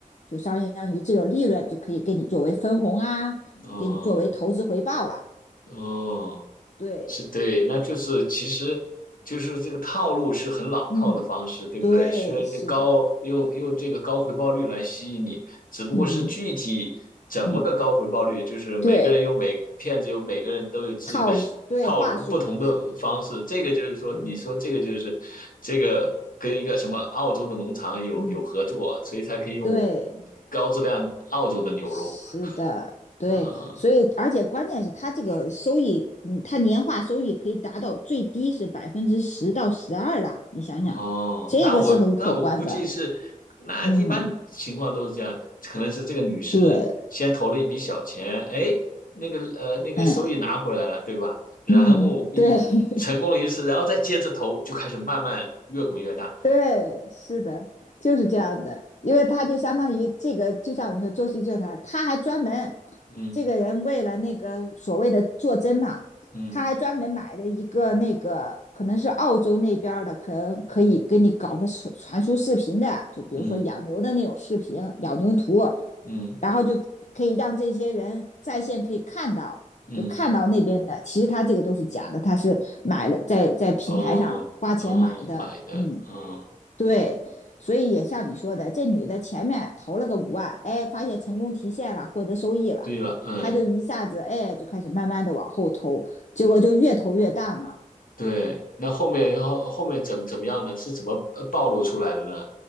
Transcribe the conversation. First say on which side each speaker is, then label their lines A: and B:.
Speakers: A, on the left (about 55°); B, on the left (about 80°).
A: 就相当于这种利润就可以给你作为分红啊，
B: 哦
A: 给你作为投资回报了。
B: 哦。
A: 对，
B: 是对，那就是其实就是这个套路是很老套的方式，
A: 嗯，
B: 对不对？
A: 对，
B: 虽然这高用用这个高回报率来吸引你，
A: 是的，
B: 只不过是具体怎么个高回报率，
A: 嗯嗯，
B: 就是每个人有每骗子有每个人都有自己的
A: 对，套数，
B: <laughs>
A: 对，
B: 套路，
A: 话术，
B: 不同的方式。这个就是说，
A: 嗯
B: 你说这个就是这个跟一个什么澳洲的农场有有合作啊所以才可以用
A: 嗯，对，
B: 高质量澳洲的牛肉，
A: 是的，对，
B: 呃
A: 所以而且关键是它这个收益，嗯，它年化收益可以达到最低是百分之十到十二啊，你想想，
B: 哦，
A: 这个是很可观的，
B: 那我那我估计是，那一般情况都是这样，
A: 嗯，
B: 可能是这个女士先投了一笔小钱，
A: 对，
B: 哎，那个呃那个收益拿回来了，
A: 嗯。
B: 对吧？然后一成功了一次，
A: 嗯，对 <laughs>
B: 然后再接着投，就开始慢慢越滚越大。
A: 对，是的，就是这样的。因为他就相当于这个，就像你说做戏剧团，他还专门
B: 嗯
A: 这个人为了那个所谓的做针嘛，
B: 嗯
A: 他还专门买了一个那个可能是澳洲那边儿的，可能可以给你搞个传传输视频的，就比如说养牛的那种视频，
B: 嗯
A: 养牛图，
B: 嗯
A: 然后就可以让这些人在线可以看到，
B: 嗯，
A: 就看到那边的，其实他这个都是假的，他是买了在在平台上花钱买的，
B: 哦哦，买的，
A: 嗯，
B: 嗯，
A: 对，所以也像你说的，这女的前面投了个五万，哎，发现成功提现了，获得收益了，
B: 对了，嗯，
A: 她就一下子哎就开始慢慢的往后投，结果就越投越大嘛，
B: 对，那后面然后后面怎怎么样呢？是怎么呃暴露出来的呢？